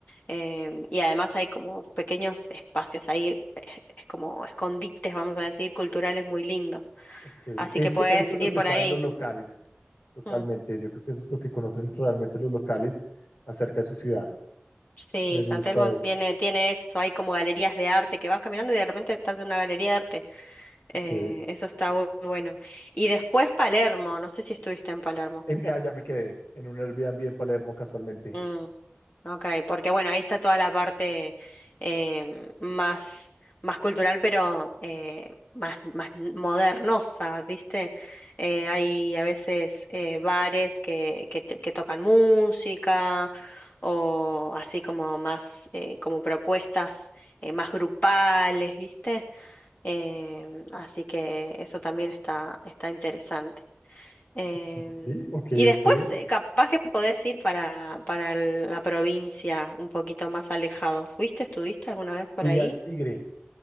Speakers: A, on the left (about 45°); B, on the left (about 70°).
A: em, y además hay como pequeños espacios ahí, eh, es como escondites, vamos a decir, culturales muy lindos.
B: Ok,
A: Así
B: eso,
A: que puedes
B: eso es lo
A: ir
B: que
A: por
B: saben
A: ahí.
B: los locales, totalmente.
A: Mm.
B: Yo creo que eso es lo que conocen realmente los locales acerca de su ciudad.
A: Sí,
B: Me gusta
A: San Telmo
B: eso.
A: tiene, tiene eso, hay como galerías de arte que vas caminando y de repente estás en una galería de arte.
B: Ok.
A: Eh, eso está muy bueno. Y después Palermo, no sé si estuviste en Palermo.
B: Em, ah, ya me quedé en un Airbnb en Palermo casualmente.
A: Mm, ok, porque bueno, ahí está toda la parte eh, más, más cultural, pero eh, más, más modernosa, ¿viste? Eh, hay a veces eh, bares que, que, te- que tocan música o así como más, eh, como propuestas eh, más grupales, ¿viste? Em, así que eso también está, está interesante. Em,
B: Ok, ok,
A: y después,
B: ok.
A: eh, capaz que podés ir para, para el- la provincia, un poquito más alejado. ¿Fuiste, estuviste alguna vez
B: Fui
A: por ahí?
B: al Tigre.